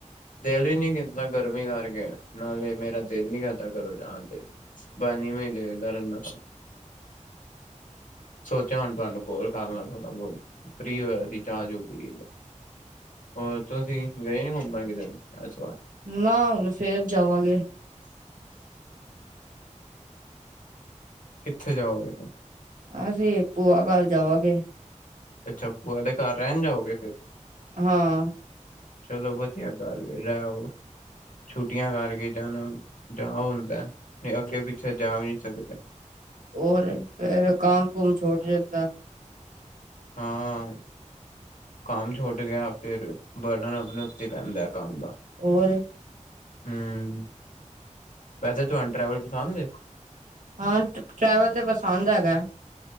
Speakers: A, on the left; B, on the right.
A: ਦਿਲ ਹੀ ਨੀ ਕੀਤਾ ਗਰਮੀ ਕਰਕੇ, ਨਾਲੇ ਮੇਰਾ ਦਿਲ ਨੀ ਕਰਦਾ ਕਰੋ ਜਾਣ ਤੇ। ਪਾਣੀ ਮੈਂ ਗੇਰਦਾ ਰਹਿੰਦਾ ਸੋਚਿਆ ਹੁਣ ਤੁਹਾਨੂੰ ਕੋਲ ਕਰਨਾ, ਥੋੜਾ ਬਹੁਤ। ਫ੍ਰਰੀ ਹੋਇਆ ਸੀ ਚਾਹ-ਚੂ ਪੀ ਕੇ, ਹੋਰ ਤੁਸੀਂ ਗਏ ਨੀ ਘੁੰਮਣ ਕਿਤੇ? ਐਸ ਵਾਰ
B: ਨਾ, ਹੁਣ ਫੇਰ ਜਾਵਾਂਗੇ।
A: ਕਿੱਥੇ ਜਾਓਗੇ?
B: ਅਸੀਂ, ਭੂਆ ਕਰ ਜਾਵਾਂਗੇ।
A: ਅੱਛਾ, ਭੂਆ ਦੇ ਘਰ ਰਹਿਣ ਜਾਓਗੇ ਫਿਰ
B: ਹਾਂ।
A: ਚਲੋ ਵਧੀਆ ਗੱਲ ਰਹਿ ਆਓ, ਛੁੱਟੀਆਂ ਕਰਕੇ ਜਾਣਾ ਜਾ ਹੁੰਦਾ ਨਹੀਂ ਅੱਗੇ ਪਿੱਛੇ ਜਾ ਵੀ ਨਹੀਂ ਸਕਦੇ।
B: ਔਰ ਫੇਰ ਕਾਮ- ਕੁੁੰਮ ਛੋਟ ਈ ਦਿਤਾ।
A: ਹਾਂ। ਕੰਮ ਛੁੱਟ ਗਿਆ ਫੇਿਰ ਬਟਣਨ ਆਪਣੇ ਉੱਤੇ ਪੈਦਾਂ ਕੰਮ ਦਾ
B: ਹੋਰ
A: ਹਮ, ਵੈਸੇ ਤੁਹਾਨੂੰ ਟਰੈਵਲ ਪਸੰਦ ਏ।
B: ਹਾਂ, ਟਰੈਵਲ ਤੇ ਪਸੰਦ ਹੈਗਾ।